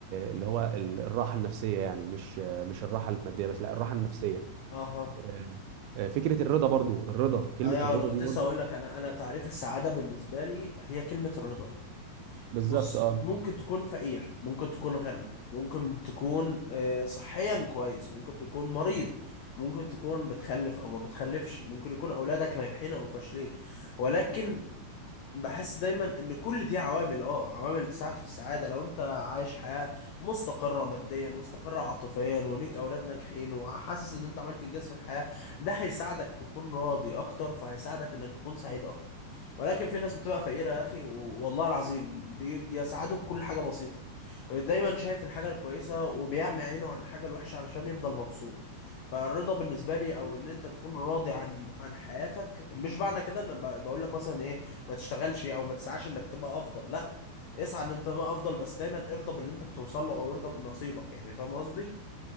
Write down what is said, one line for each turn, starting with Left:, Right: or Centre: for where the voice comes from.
Right: اللي هو ال- الراحة النفسية يعني مش مش الراحة المادية بس لا الراحة النفسية
Left: اها
Right: آه، آه، فكرة الرضا برضو الرضا كلمة
Left: ايوه
Right: الرضا
Left: انا كنت
Right: دي برضو
Left: لسه اقول لك انا انا تعريف السعاده بالنسبه لي هي كلمه الرضا
Right: بالظبط
Left: بص
Right: اه
Left: ممكن تكون فقير ممكن تكون غني ممكن تكون آه، صحيا كويس ممكن تكون مريض ممكن تكون بتخلف او ما بتخلفش ممكن يكون اولادك ناجحين او فاشلين ولكن بحس دايما ان كل دي عوامل اه عوامل تساعد في السعاده لو انت عايش حياه مستقره ماديا مستقره عاطفيا وليك اولاد ناجحين وحاسس ان انت عملت انجاز في الحياه ده هيساعدك تكون راضي اكتر فهيساعدك انك تكون سعيد اكتر ولكن في ناس بتبقى فقيره يا اخي و- والله العظيم بي- بيسعدوا بكل حاجه بسيطه دايما شايف الحاجه الكويسه وبيعمي عينه عن الحاجه الوحشه علشان يفضل مبسوط فالرضا بالنسبه لي او ان انت تكون راضي عن عن حياتك مش معنى كده ان ب- بقول لك مثلا ايه ما تشتغلش او ما تسعاش انك تبقى افضل لا اسعى ان انت تبقى افضل بس دايما ارضى باللي انت بتوصل له او ارضى بنصيبك يعني فاهم قصدي